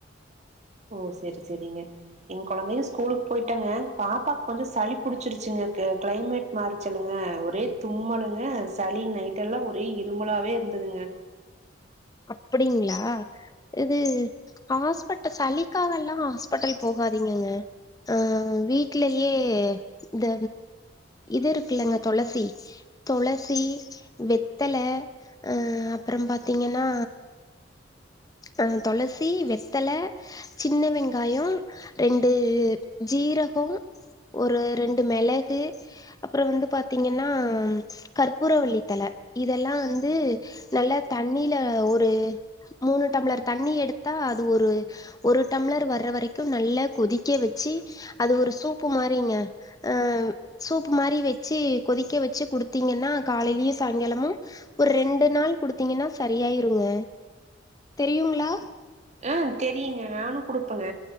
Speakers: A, on the right; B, on the left.
A: ஓ செரி செரிங்க நிங்க குழந்தைல ஸ்கூலுக்கு போய்டங்க பாப்பாக் கொஞ்சோம் சளி புடிச்சிருச்சுங்க கிளைமேட் மாறுச்சல்லங்க ஒரே தும்மலுங்க சளி நைட்டல்லா ஒரே இரும்பலாவே இருந்துதுங்க
B: அப்டிங்ளா இது ஹாஸ்பிட்ட சளிக்காகல்லாம் ஹாஸ்பிட்டல் போகாதீங்கங்க அ வீட்லயே இந்த இது இருக்கல்லங்க தொளசி தொளசி வெத்தல ஆ அப்பறோம் பாத்தீங்கன் ன்னா அ தொளசி வெத்தல சின்ன வெங்காய்யோம் ரெண்டு ஜீரகோம் ஒரு ரெண்டு மெளகு அப்றோம் வந்து பாத்தீங்கன்னா கற்பூரவல்லித்தல இதெல்லாம் வந்து நல்லா தண்ணில ஒரு மூணு டம்ளர் தண்ணி எடுத்தா அது ஒரு ஒரு டம்ளர் வர்ற வரைக்கு நல்ல கொதிக்க வச்சு அது ஒரு சூப்பு மாறிங்க அ சூப்பு மாறி வெச்சு கொதிக்க வெச்சு குடுத்தீங்கன்னா காலையிலயும் சாங்காலமும் ஒரு ரெண்டு நாள் குடுத்தீங்கன்னா சரியாயிருங்க தெரியுங்களா
A: ஆ தெரியுங்க நானு குடுப்பங்க